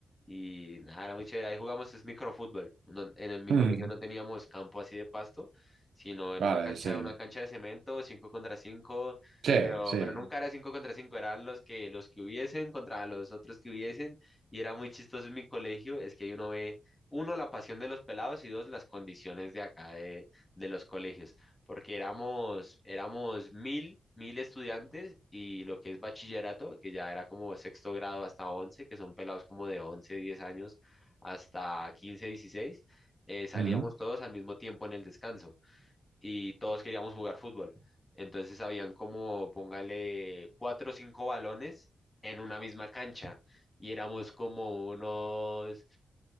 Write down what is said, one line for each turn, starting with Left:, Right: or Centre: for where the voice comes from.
Left: Y nada, era muy chévere. Ahí jugamos es microfútbol. No- en, en mi
Right: Mm,
Left: colegio no teníamos campo así de pasto, sino en
Right: Vale,
Left: una cancha,
Right: sí.
Left: una cancha de cemento, 5 contra cinco
Right: Sí,
Left: pero,
Right: sí.
Left: pero nunca era 5 contra cinco eran los que, los que hubiesen contra los otros que hubiesen. Y era muy chistoso en mi colegio, es que ahí uno ve, uno, la pasión de los pelados y dos, las condiciones de acá de, de los colegios porque éramos, éramos mil, mil estudiantes y lo que es bachillerato, que ya era como sexto grado hasta once, que son pelados como de once, diez años hasta quince, dieciséis, eh, salíamos
Right: Mm,
Left: todos al mismo tiempo en el descanso y todos queríamos jugar fútbol. Entonces habían como, póngale, cuatro o cinco balones en una misma cancha y éramos como unos